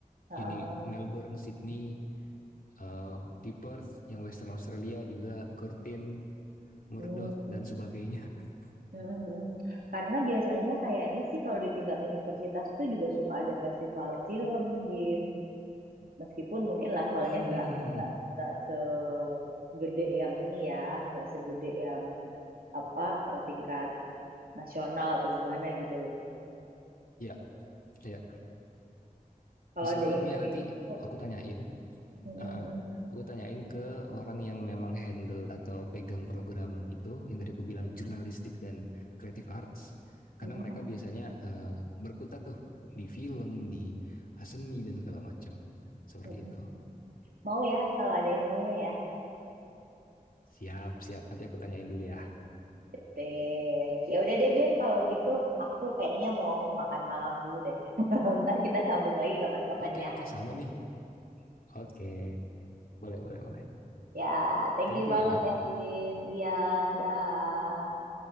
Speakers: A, on the right (about 80°); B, on the left (about 75°).
A: Heeh.
B: Uni Melbourne, Sydney, eh, di Perth, yang Western Australia juga Curtin, Murdoch
A: Hmm.
B: dan sebagainya. <laughs>
A: Mm, mm, mm. Karena biasanya kayaknya sih kalau di tingkat universitas tuh juga suka ada festival film, Bim. Meskipun mungkin levelnya
B: Hmm,
A: nggak nggak segede yang ini ya, nggak segede yang apa eh, tingkat nasional atau gimana gitu loh.
B: ya, ya.
A: Kalau
B: Bisa
A: ada
B: banget
A: info,
B: Mia nanti
A: info
B: aku tanyain
A: mm, mm,
B: Ah, aku tanyain ke orang yang memang handle atau pegang program itu yang tadi aku bilang jurnalistik dan creative arts karena
A: mm, mm,
B: mereka
A: mm,
B: biasanya eh, berkutat tuh di film, di eh, seni dan segala macam. Seperti
A: mm, mm.
B: itu.
A: Mau ya kalau ada infonya ya.
B: Siap, siap. Nanti aku tanyain dulu ya.
A: Sip. Ya udah deh Bim, kalau gitu aku kayaknya mau makan malam dulu deh. <laughs> Ntar kita sambung lagi kapan-kapan
B: Oke,
A: ya.
B: oke, sama nih. Oke, boleh, boleh, boleh.
A: Ya, thank
B: Thank
A: you
B: you
A: banget
B: ya.
A: ya, Bim. Iya, dah.